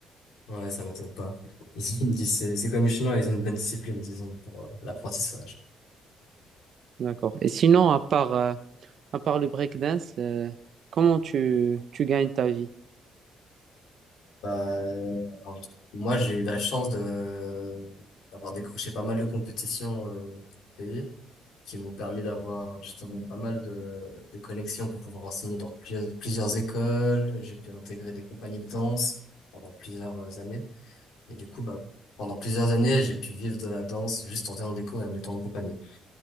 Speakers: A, on the left; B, on the right.
A: Ouais, ça m'étonne pas. Ils ont une dis- c'est c'est comme les Chinois, ils ont une bonne discipline, disons, pour euh, l'apprentissage.
B: D'accord. Et sinon, à part, euh, À part le breakdance, euh, comment tu, tu gagnes ta vie?
A: Bah, euh, alors, j- moi, j'ai eu la chance de d'avoir décroché pas mal de compétitions euh, dans mon pays. qui m'ont permis d'avoir justement pas mal de, de connexions pour pouvoir enseigner dans plusieurs plusieurs écoles. J'ai pu intégrer des compagnies de danse pendant plusieurs euh, années. Et du coup, bah, pendant plusieurs années, j'ai pu vivre de la danse juste en donnant des cours et en étant en compagnie.